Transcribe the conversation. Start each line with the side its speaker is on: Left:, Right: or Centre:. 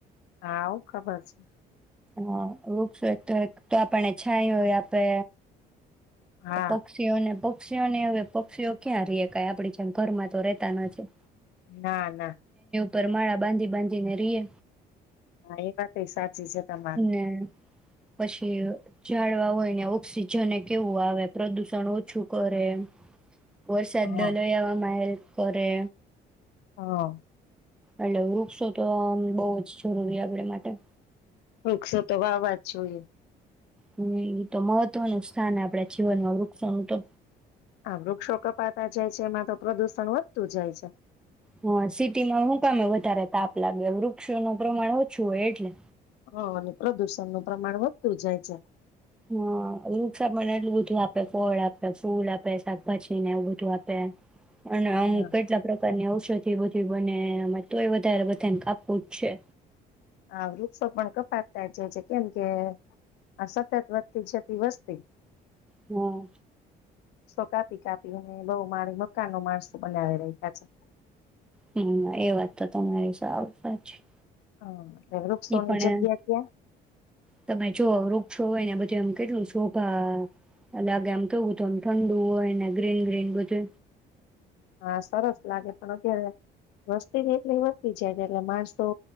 Left: હાઓ ખબર છે.
Centre: હા, વૃક્ષોય તો-તો આપણને છાયો એ આપે.
Left: હા
Centre: પક્ષીઓને પ પક્ષીઓને હવે પક્ષીઓ ક્યાં રહીએ ક્યાં આપડી જેમ ઘરમા તો રહેતા નથી.
Left: ના, ના.
Centre: પરમાળા બાંધી બાંધીને રહીએ.
Left: હા, એ વાતએ સાચ સાચી છે તમારી.
Centre: ને પછી ઝાડવા હોય ને ઓક્સિજન એ કેવું આવે પ્રદુષણ ઓછું કરે વરસાદ
Left: હા
Centre: <unintelligible> એવામાં હેલ્પ કરે.
Left: હા.
Centre: એટલે વૃક્ષો તો બહુ જ જરૂરી આપડ માટે.
Left: વૃક્ષો તો વાવવા જ જોઈએ.
Centre: હ એ તો મહત્વનું સ્થાન આપડા જીવનમાં વૃક્ષોનું તો
Left: આમ વૃક્ષો કપાતા જાય છે એમાં તો પ્રદુષણ વધતું જાય છે.
Centre: હા, સિટીમાં હું તમે વધારે તાપ લાગે વૃક્ષોનું પ્રમાણ ઓછું હોય એટલે
Left: હ અને પ્રદુષણ નું પ્રમાણ વધતું જાય છે.
Centre: હા, વૃક્ષા આપડને એટલું બધું આપે, ફળ આપે, ફૂલ આપે, શાકભાજીને એવું બધું આપે એમ અને અમુક
Left: હા
Centre: કેટલા પ્રકારની ઔષ બધી બધી બને તો એ વધારે બધાને કાપવું જ છે.
Left: આ વૃક્ષો પણ કપાતતા જે છે કેમ કે આ સતત વધતી જતી વસ્તી
Centre: હા.
Left: વૃક્ષો કાપી કાપી અને બહુ મારી મકાન ન માણસો બનાવી રહ્યા છે.
Centre: હમ એ વાત તો તમારી સાવ સાચી.
Left: હા. વૃક્ષોની
Centre: ઈ પણ
Left: જગ્યા ક્યાં
Centre: તમે જો વૃક્ષો હોયને બધ કેમ કેટલું શોભા લાગે આમતો કેવું હત એમ ઠંડુ હોય ને ગ્રીન ગ્રીન બધે
Left: હા, સરસ લાગે પણ અત્યારે વસ્તીબી એટલી વદતિ જાય એટલે માણસો